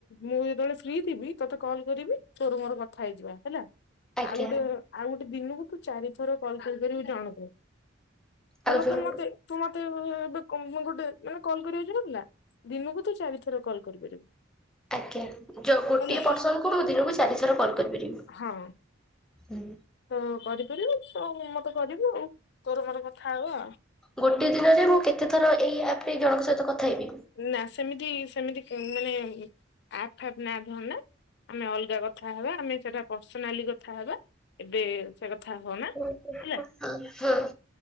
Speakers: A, on the left; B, in the centre.
A: ମୁଁ ଯେତେବେଳେ ଫ୍ରି ଥିବି, ତତେ କଲ୍ କରିବି ତୋର ମୋର କଥା ହେଇଯିବା ହେଲା। ଆଉ
B: ଆଜ୍ଞା
A: ଗୋଟେ ଆଉ ଗୋଟେ ଦିନକୁ ତୁ ଚାରି ଥର କଲ କରିପାରିବୁ ଜଣକୁ।
B: ଆଉ
A: ଧର
B: ଜଣ
A: ତୁ ମତେ ତୁ ମତେ ଏବେ କଣ ଗୋଟେ ମାନେ କଲ୍ କରିବା ଇଛ଼ା ନଥିଲା। ଦିନୁକୁ ତୁ ଚାରିଥର କଲ୍ କରିପାରିବୁ।
B: ଆଜ୍ଞା। ଯ ଗୋଟିଏ
A: ହେଲା
B: ପରସନ ମୁଁ ଦିନକୁ ଚାରିଥର କଲ୍ କରିପାରିବି।
A: ହଁ
B: ହୁଁ।
A: ତ କରି ପାରିବୁ ତ ମତେ କରିବୁ ଆଉ। ତୋର ମୋର କଥା ହବା।
B: ଗୋଟେ ଦିନରେ ମୁଁ କେତେ ଥର ଏଇ ଆପରେ ଜଣଙ୍କ ସହିତ କଥା ହେବି?
A: ନା ସେମିତି ସେମିତି ମାନେ ଆପ୍ ଫାପ ନା ଧର ନା। ଆମେ ଅଲଗା କଥା ହବା ଆମେ ସେଟା ପର୍ସନାଲି କଥା ହେବା। ଏବେ ସେ କଥା ହ ନା
B: ହଁ
A: ହେଲା
B: ଆଜ୍ଞା ହଁ